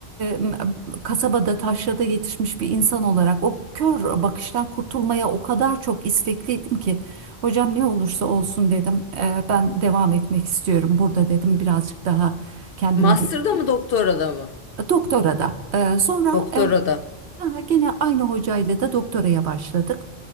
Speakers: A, on the right; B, on the left.
A: e, e, kasabada, taşrada yetişmiş bir insan olarak o kör bakıştan kurtulmaya o kadar çok istekliydim ki hocam ne olursa olsun dedim. E, ben devam etmek istiyorum burada dedim. Birazcık daha kendimi
B: Master'da
A: ge-
B: mı doktorada mı?
A: doktora da. E, sonra
B: Doktorada.
A: e, ha, gene aynı hocayla da doktoraya başladık.